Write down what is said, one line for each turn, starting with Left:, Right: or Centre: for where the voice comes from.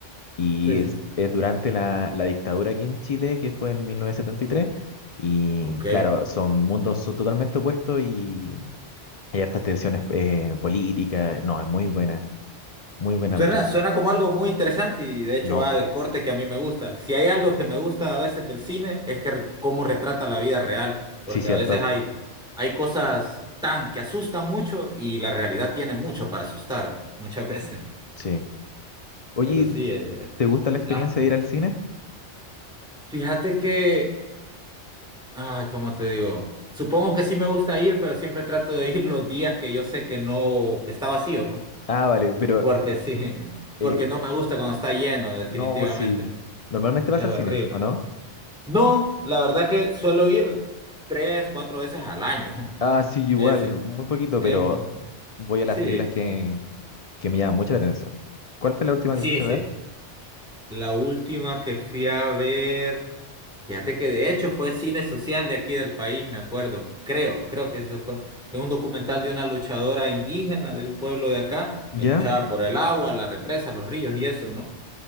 Left: Y
Centre: sí, sí.
Left: es, es durante la, la dictadura aquí en Chile, que fue en 1973. Y tres,
Centre: Ok.
Left: y claro, son mundos so- totalmente opuestos y hay hartas tensiones eh, políticas. No, es muy buena, muy buena
Centre: Suena,
Left: Machu.
Centre: suena como algo muy interesante y de hecho
Left: No,
Centre: va del corte que a mí me gusta. Si hay algo que me gusta a veces del cine es que re- cómo retrata la vida real, porque
Left: sí, cierto,
Centre: a veces hay, hay cosas tan que asustan mucho y la realidad tiene mucho para asustar muchas <laughs> veces.
Left: sí. Oye,
Centre: Pero sí, eh,
Left: ¿te gusta la experiencia
Centre: ah,
Left: de ir al cine?
Centre: fíjate que, ay, ¿cómo te digo? Supongo que sí me gusta ir, pero siempre trato de ir los días que yo sé que no, que está vacío, ¿va?
Left: Ah, vale, pero
Centre: porque sí, <laughs> porque
Left: eh,
Centre: no me gusta cuando está lleno, definitivamente.
Left: no, sí. Normalmente
Centre: Es
Left: vas al
Centre: horrible.
Left: cine, ¿o no?
Centre: No, la verdad que suelo ir tres, cuatro veces al año.
Left: Ah,
Centre: <laughs>
Left: sí, yo igual,
Centre: Ese.
Left: muy poquito,
Centre: Em,
Left: pero voy a las
Centre: sí,
Left: películas que, que me llaman mucho la atención. ¿Cuál fue la última
Centre: sí,
Left: que fuiste
Centre: sí.
Left: a ver?
Centre: La última que fui a ver, fíjate que de hecho fue cine social de aquí del país, me acuerdo. Creo, creo que eso fue. Es un documental de una luchadora indígena de un pueblo de acá,
Left: ¿Ya?
Centre: que luchaba por el agua, la represa, los ríos y eso, ¿no?